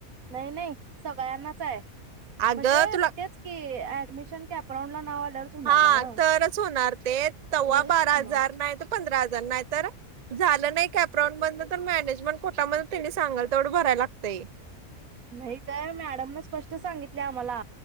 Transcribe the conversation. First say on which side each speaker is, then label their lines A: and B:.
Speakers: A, on the right; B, on the right.
A: नाही नाही सगळ्यांनाच आहे
B: अगं
A: म्हणजे
B: तुला
A: तेच की अडमशन क अप्रं ला आल्यावरच होणार
B: हा
A: नव्ह.
B: तरच होणार ते तेव्हा
A: होयच
B: बारा
A: की
B: हजार
A: मग.
B: नाही तर पंधरा हजार नाही तर झालं नाही कपरां ब तर मॅनेजमेंट कोटा सांगाल तेवढ भराय लागतय.
A: नाही काय मॅडम न स्पष्ट सांगितले आम्हाला